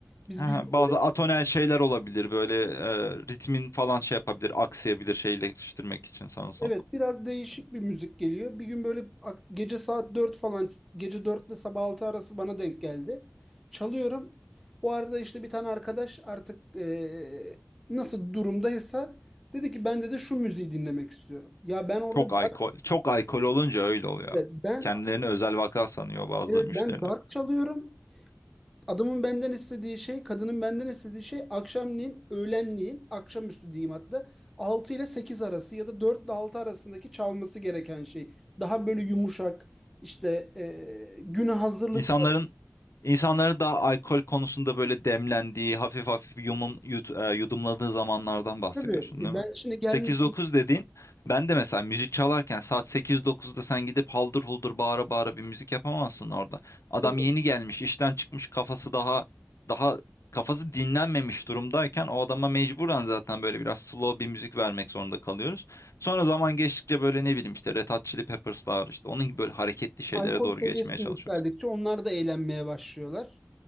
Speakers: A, in the centre; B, on the left.
A: Biz
B: Aha.
A: bir gün
B: Bazı
A: böyle
B: atonel şeyler olabilir böyle e, ritmin falan şey yapabilir, aksayabilir şeyleştirmek için sanırsam.
A: evet biraz değişik bir müzik geliyor. Bir gün böyle ak- gece saat 4 falan gece 4 ile sabah 6 arası bana denk geldi. Çalıyorum. O arada işte bir tane arkadaş artık e, nasıl durumdaysa dedi ki ben de, de şu müziği dinlemek istiyorum. Ya ben orada
B: Çok
A: dark,
B: alkol, çok alkol olunca öyle oluyor.
A: evet, ben
B: Kendilerini özel vaka sanıyor bazı
A: evet
B: müşteriler.
A: ben dark çalıyorum. Adamın benden istediği şey, kadının benden istediği şey akşamleyin, öğlenleyin, akşamüstü diyeyim hatta 6 ile 8 arası ya da 4 ile 6 arasındaki çalması gereken şey. Daha böyle yumuşak, işte e, güne hazırlık
B: İnsanların
A: var.
B: İnsanların da alkol konusunda böyle demlendiği, hafif hafif yumum, yut- e, yudumladığı zamanlardan bahsediyorsun
A: Tabii e,
B: değil
A: ben
B: mi?
A: şimdi gelmediğim
B: Sekiz dokuz dediğin, ben de mesela müzik çalarken saat sekiz dokuz'da sen gidip haldır huldur bağıra bağıra bir müzik yapamazsın orada. Adam
A: tabii
B: yeni gelmiş, işten çıkmış, kafası daha daha kafası dinlenmemiş durumdayken o adama mecburen zaten böyle biraz slow bir müzik vermek zorunda kalıyoruz. Sonra zaman geçtikçe böyle ne bileyim işte Red Hot Chili Peppers'lar işte onun gibi böyle hareketli şeylere
A: alkol
B: doğru
A: seviyesi
B: geçmeye
A: de
B: çalışıyoruz.
A: yükseldikçe onlar da eğlenmeye başlıyorlar.